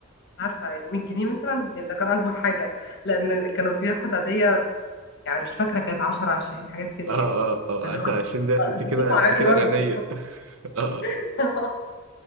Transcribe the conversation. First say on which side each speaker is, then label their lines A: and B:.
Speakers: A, on the left; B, on the right.
A: مش عارفه يعني 100 جنيه مثلا يعني ده كان اكبر حاجه لان كانوا بياخد عاديه يعني مش فاكره كانت 10 20 حاجات كده
B: اه
A: يعني
B: اه اه
A: اللي
B: عشان
A: هو
B: عشان ديت
A: آه،
B: انت
A: انت
B: كده
A: بتطلع
B: انت
A: غني
B: كده
A: برضه
B: غنية <laughs> اه
A: <laughs>